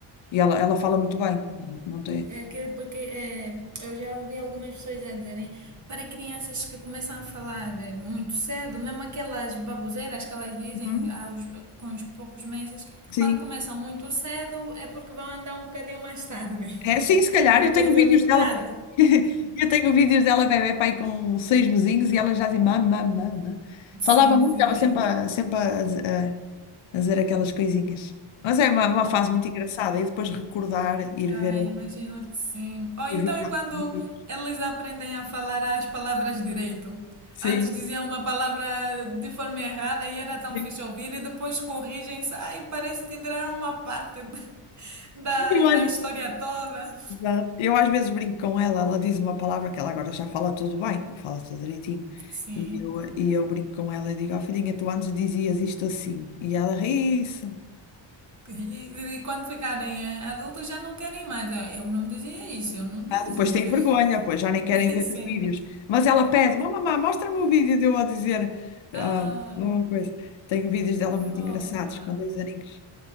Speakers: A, on the left (about 65°); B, on the right (about 35°).
A: E ela, ela fala muito bem. Ela não tem...
B: É aquele porque é, eu já ouvi algumas pessoas a dizerem para crianças que começam a falar é, muito cedo, mesmo aquelas baboseiras que elas dizem
A: Uhum,
B: aos, com os poucos meses,
A: Sim.
B: quando começam muito cedo é porque vão andar um bocadinho mais tarde.
A: É, sim,
B: <laughs>
A: se calhar.
B: Não
A: Eu
B: sei
A: tenho
B: se
A: vídeos
B: é verdade.
A: dela. <laughs> Eu tenho vídeos dela, bebé, pai, com seis mesinhos e ela já dizia mamã, mamã.
B: Sim,
A: Falava muito,
B: sim.
A: estava sempre a, sempre a, fazer aquelas coisinhas. Mas é uma, uma fase muito engraçada. E depois recordar, ir
B: Ai,
A: ver,
B: imagino que sim. Ou então,
A: ir ver.
B: e
A: a
B: quando
A: repetir.
B: eles aprendem a falar as palavras direito?
A: Sim,
B: Antes diziam uma palavra de forma errada e era tão
A: sim.
B: fixe ouvir, e depois corrigem-se. Ai, parece que tiraram uma parte da, da,
A: Eu às,
B: da história toda.
A: exato. Eu às vezes brinco com ela, ela diz uma palavra que ela agora já fala tudo bem, fala tudo direitinho.
B: Sim.
A: E eu, e eu brinco com ela e digo, ó filhinha, tu antes dizias isto assim. E ela ri-se.
B: E, e- quando ficarem eh, adultos já não querem mais. Ah, Eu não dizia isso, eu não dizia.
A: Ah, depois tem vergonha, pois já nem querem
B: <laughs>
A: ver
B: Sim.
A: os vídeos. Mas ela pede, mamãe, mostra-me o vídeo de eu a dizer
B: Ah,
A: ah, uma coisa. Tenho vídeos
B: que
A: dela muito
B: fofa.
A: engraçados, com dois aninhos.